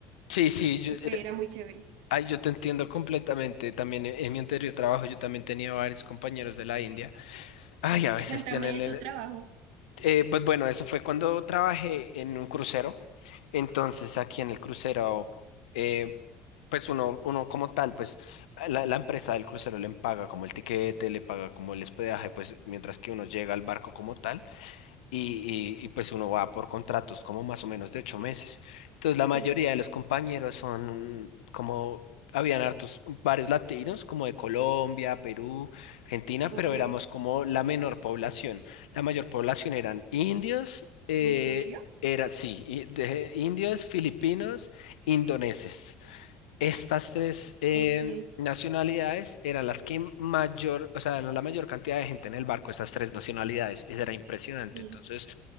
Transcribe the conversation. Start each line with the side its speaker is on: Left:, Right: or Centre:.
Left: Sí, sí, yo,
Right: Entonces,
Left: eh,
Right: era muy chévere.
Left: ay, yo te entiendo completamente. También en, en mi anterior trabajo yo también tenía varios compañeros de la India. Ay,
Right: Sí.
Left: a veces
Right: Cuéntame
Left: tienen
Right: de
Left: el-
Right: tu trabajo.
Left: eh, pues bueno, eso fue cuando trabajé en un crucero. Entonces, aquí en el crucero, eh, pues uno, uno como tal, pues la, la empresa del crucero le paga como el tiquete, le paga como el hospedaje, pues mientras que uno llega al barco como tal y, y- y, pues uno va por contratos como más o menos de ocho meses. Entonces la
Right: Sí,
Left: mayoría de los compañeros son como, habían hartos, varios latinos como de Colombia, Perú, Argentina,
Right: ok.
Left: pero éramos como la menor población. La mayor población eran indios, eh,
Right: ¿En serio?
Left: era, sí, i- de- indios, filipinos, indoneses. Estas tres eh,
Right: Ok,
Left: nacionalidades eran las que mayor, o sea, eran la mayor cantidad de gente en el barco, estas tres nacionalidades. Eso era impresionante.
Right: sí,
Left: Entonces,